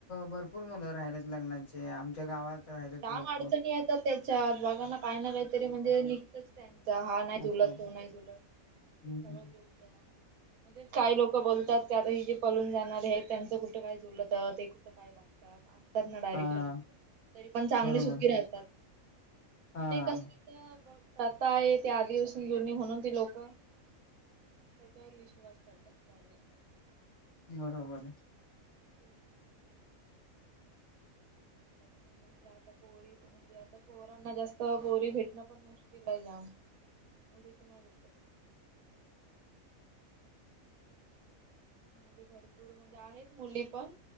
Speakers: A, on the left; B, on the right.
A: भरपूर मुलं राहिलेत लग्नांचे आमच्या गावात राहिलेत
B: लांब
A: भरपूर
B: अडचणी येतात त्याच्यात बघा ना काही ना काहीतरी
A: मग
B: म्हणजे
A: काय तर
B: निघतच त्यांचा हा नाही जुलत
A: असं आहे
B: तो नाही जुलत,
A: हम्म.
B: सगळं जुलतं, म्हणजे काही लोक बोलतात त्यावेळी जे पलून जाणारे आहेत त्यांचं कुठं काय जुलतं, ते कुठं काय बगतात आणतात ना डायरेक
A: हा
B: लग्न तरी पण चांगली
A: बरोबर
B: सुखी राहतात.
A: हा
B: ते कस ते बग प्रथा आहे ती आदिपासुन जुनी म्हणून ती लोक त्याच्यावर विश्वास ठेवतात <unintelligible>
A: बरोबर आहे.
B: ते बगा म्हणजे आता पोरी म्हणजे आता पोरांना जास्त पोरी भेटणं पण मुश्किल आहे जाम. मुलीचं नाही भेटत. मुली भरपूर म्हणजे आहेत मुली पण